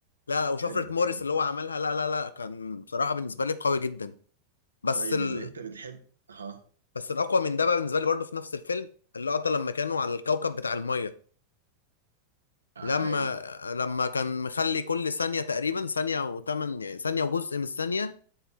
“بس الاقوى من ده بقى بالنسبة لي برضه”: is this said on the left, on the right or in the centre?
Left